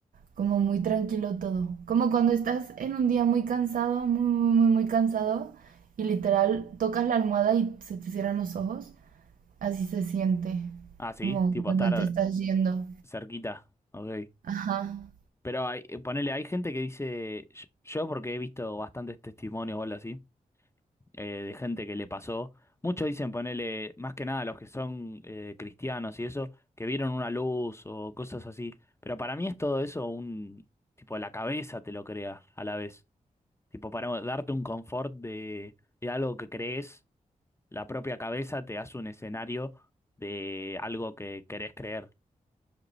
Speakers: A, on the right; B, on the left.
A: como muy tranquilo todo. Como cuando estás en un día muy cansado, muy, muy, muy, muy cansado, y literal tocas la almohada y se te cierran los ojos, así se siente,
B: Ah, sí,
A: como
B: tipo
A: cuando
B: estar
A: te estás yendo.
B: cerquita. Ok.
A: Ajá.
B: Pero hay, eh, ponele, hay gente que dice, yo yo porque he visto bastantes testimonios o algo así, eh, de gente que le pasó. Muchos dicen, ponele, más que nada los que son eh, cristianos y eso, que vieron una luz o cosas así. Pero para mí es todo eso un, tipo, la cabeza te lo crea a la vez. Tipo, para darte un confort de, de algo que crees, la propia cabeza te hace un escenario de algo que querés creer.